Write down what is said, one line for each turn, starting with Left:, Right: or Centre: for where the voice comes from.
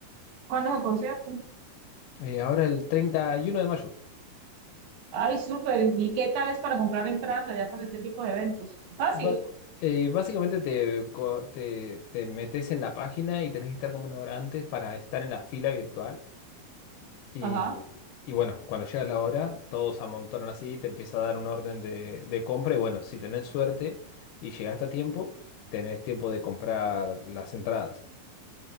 Right: cuándo es el concierto?
Left: eh, ahora el 31 de mayo.
Right: Ay, súper. ¿Y qué tal es para comprar entradas allá para este tipo de eventos? Fácil.
Left: Ba- eh, básicamente te, co- te, te metes en la página y tenés que estar como una hora antes para estar en la fila virtual. Y,
Right: Ajá.
Left: y bueno, cuando llega la hora, todos amontonan así, te empieza a dar un orden de, de compra. Y bueno, si tenés suerte y llegaste a tiempo, tenés tiempo de comprar las entradas.